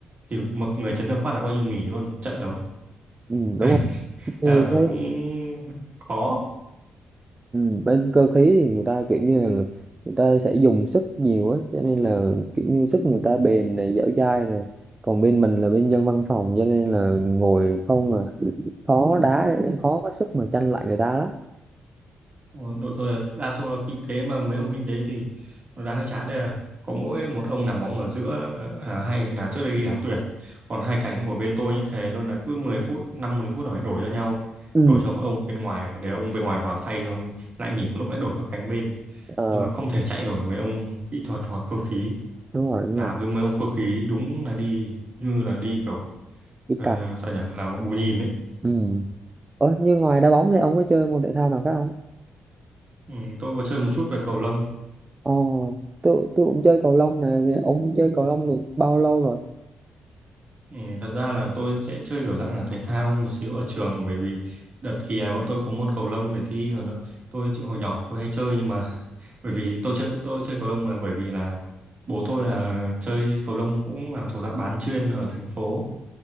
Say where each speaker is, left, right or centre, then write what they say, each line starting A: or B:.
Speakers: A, on the right; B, on the right.
A: thì một người chấn thương phát là coi như nghỉ luôn trận đấu
B: ừ,
A: <laughs>
B: đúng
A: Đấy,
B: rồi Ừ,
A: à,
B: thấy
A: cũng khó
B: Ừ, bên cơ khí thì người ta kiểu như là người ta sẽ dùng sức nhiều á cho nên là kiểu như sức người ta bền này dẻo dai này còn bên mình là bên dân văn phòng cho nên là ngồi không à khó đá khó có sức mà tranh lại người ta lắm
A: Ôi, đội tôi là đa số là kinh tế mà mấy ông kinh tế thì nó đã hơi chán đây là có mỗi một ông làm bóng ở giữa là, là hay là trước đây đi đá tuyển còn hai cánh của bên tôi nhé thế luôn là cứ mười phút năm mười phút là phải đổi cho nhau
B: ừ
A: đổi cho mỗi ông bên ngoài để ông bên ngoài vào thay rồi lại nghỉ một lúc lại đổi cho cánh bên
B: ờ
A: nhưng mà không thể chạy nổi mấy ông kỹ thuật hoặc cơ khí
B: đúng rồi đúng
A: đá
B: rồi
A: với mấy ông cơ khí đúng là đi như là đi kiểu
B: cái
A: ờ,
B: cạch
A: ờ, sao nhỉ là bù nhìn đấy
B: ừ Ủa, như ngoài đá bóng thì ông có chơi môn thể thao nào khác không
A: ừ, tôi có chơi một chút về cầu lông
B: ồ tôi tôi cũng chơi cầu lông này ông chơi cầu lông được bao lâu rồi
A: Ừ, thật ra là tôi sẽ chơi kiểu dạng là thể thao một xíu ở trường bởi vì đợt kỳ này bọn tôi có môn cầu lông để thi còn nó tôi chịu- hồi nhỏ tôi hay chơi nhưng mà <laughs> bởi vì tôi chơi tôi chơi cầu lông mà bởi vì là bố tôi là chơi cầu lông cũng là thuộc dạng bán chuyên ở thành phố